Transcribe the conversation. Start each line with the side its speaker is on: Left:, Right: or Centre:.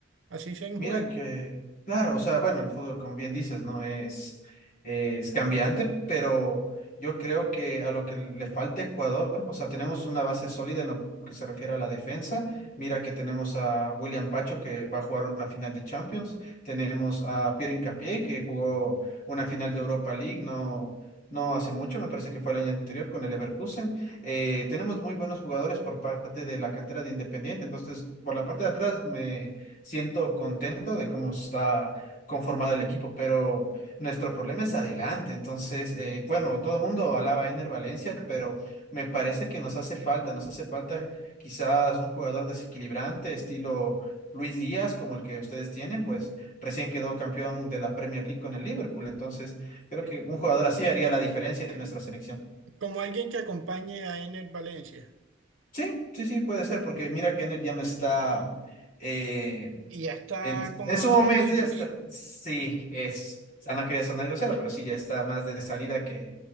Right: así sea en
Left: Mira
Right: juego.
Left: que, claro, o sea, bueno, el fútbol, como bien dices, ¿no? Es, es cambiante, pero yo creo que a lo que le falta a Ecuador, o sea, tenemos una base sólida en lo que se refiere a la defensa. Mira que tenemos a William Pacho, que va a jugar una final de Champions. Tenemos a Pierre Hincapié, que jugó una final de Europa League, no, no hace mucho, me parece que fue el año anterior con el Leverkusen. Eh, tenemos muy buenos jugadores por parte de la cantera de Independiente, entonces, por la parte de atrás me siento contento de cómo está conformado el equipo, pero nuestro problema es adelante. Entonces, eh, bueno, todo el mundo alaba a Ener Valencia, pero me parece que nos hace falta, nos hace falta quizás un jugador desequilibrante, estilo Luis Díaz, como el que ustedes tienen, pues recién quedó campeón de la Premier League con el Liverpool. Entonces, creo
Right: Sí.
Left: que un jugador así haría la diferencia en nuestra selección.
Right: Como alguien que acompañe a Ener Valencia,
Left: Sí, sí, sí, puede ser, porque mira que Ener ya no está. eh,
Right: y ya está
Left: En,
Right: con
Left: en
Right: más
Left: su momento
Right: añitos.
Left: ya está. Sí, es. O sea, no quería sonar grosero, pero sí, ya está más de salida que,